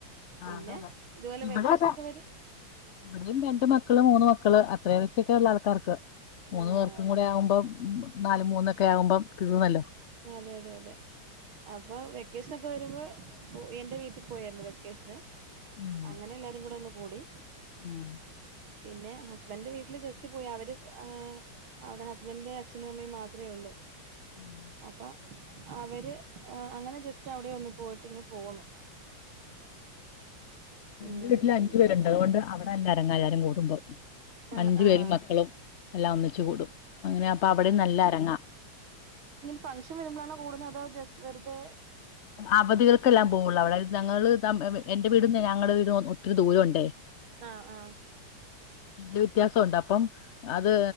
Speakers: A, on the left; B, on the right.
A: ആ,
B: പിന്നെ
A: അതെ അതെ
B: ഇതുപോലെ
A: ഇവിടെ
B: വെക്കഷാനൊക്കെ
A: അതെ
B: വര്-
A: ഇവിടെയും രണ്ട് മക്കള് മൂന്ന് മക്കള് അത്രയ വെ- ഒക്കെയുള്ള ആൾക്കാർക്ക് മൂന്ന്
B: ആഹ്
A: പേർക്കും കൂടെ ആവുമ്പം നാല് മൂന്നൊക്കെ ആകുമ്പോം തീർന്നല്ലോ
B: അതെ അതെ അതെ അപ്പൊ വെക്കേഷൻ ഒക്കെ ക്കെ വരുമ്പോ എന്റെ വീട്ടിൽ പോയിരുന്നു വെക്കേഷന്
A: ഉം
B: അങ്ങനെ എല്ലാരും കൂടെ ഒന്ന് കൂടി
A: ഉം
B: പിന്നെ ഹസ്ബൻഡിന്റെ വീട്ടില് ജസ്റ്റ് പോയി അവര് ആഹ് അവിടെ ഹസ്ബൻഡിന്റെ അച്ഛനും അമ്മയും മാത്രമേ ഉള്ളൂ
A: <unintelligible>
B: അപ്പ അവര് അങ്ങനെ ജസ്റ്റ് അവിടെ ഒന്ന് പോയിട്ടിങ്ങ് പോന്നു ഉം
A: എന്റെ വീട്ടില്
B: പിന്നെ
A: അഞ്ചു പേരുണ്ട് അതുകൊണ്ട് അവിടെ...... <unintelligible> കൂടുമ്പോൾ
B: ആഹ്
A: അഞ്ചു
B: ആഹ്
A: പേരും മക്കളും എല്ലാം ഒന്നിച്ചച്ച് കൂടും..... അങ്ങനെ അപ്പൊ അവിടെയും
B: അ
A: നല്ല അരങ്ങാ
B: ഫഷൻ വരുമ്പോഴാണോ കൂടത അതോ വെറുതെ......
A: അവധികൾക്കെല്ലാം പോവുള്ളൂ അവിടെ ഞങ്ങള്ൾ എന്റെ വീടന്ന് ഞങ്ങളുടെ വീട് ഒത്തിരി ദൂരമുണ്ടേ.......
B: ആഹ ആ......
A: വ വ്യത്യാസംണ്ട് അപ്പം അത്